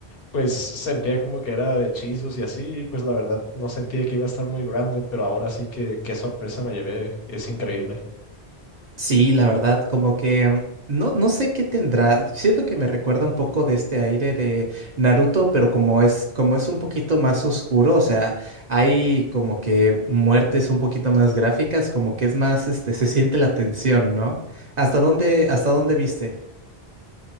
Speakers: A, on the left; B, on the right.
A: pues sentía como que era de hechizos y así, y pues la verdad no sentía que iba a estar muy grounded, pero ahora sí que qué sorpresa me llevé, es increíble.
B: Sí, la verdad, como que no, no sé qué tendrá. Siento que me recuerda un poco de este aire de Naruto, pero como es, como es un poquito más oscuro, o sea, hay como que muertes un poquito más gráficas, como que es más, este, se siente la tensión, ¿no? ¿Hasta dónde, hasta dónde viste?